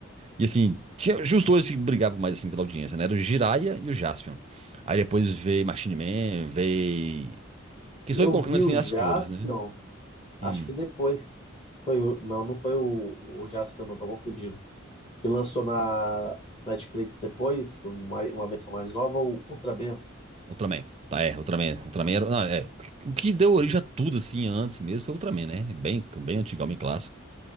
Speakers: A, on the right; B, on the left.
A: E assim, tinha tinha os dois que brigavam mais assim pela audiência, né? Era o Jiraiya e o Jaspion. Aí depois veio Machine Man, veio. Que estou
B: Eu
A: colocando
B: vi
A: assim
B: o Jaspion,
A: as cores, né?
B: acho
A: Hum,
B: que depois foi o. Não, não foi o, o Jaspion, não, tô confundindo. Que lançou na Netflix depois, uma, uma versão mais nova, o Ultra Ultraman.
A: Ultraman. Tá, é, Ultraman. Ultraman era. Não, é. O que deu origem a tudo assim antes mesmo foi o Ultraman, né? Bem, bem antigão, bem clássico.